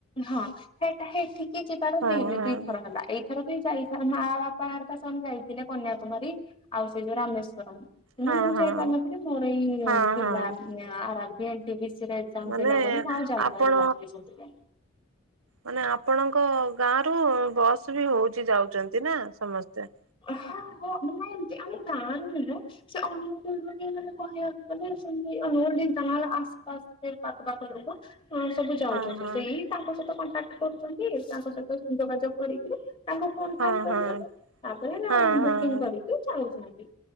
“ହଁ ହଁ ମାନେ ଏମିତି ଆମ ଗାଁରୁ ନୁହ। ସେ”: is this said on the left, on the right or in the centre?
Left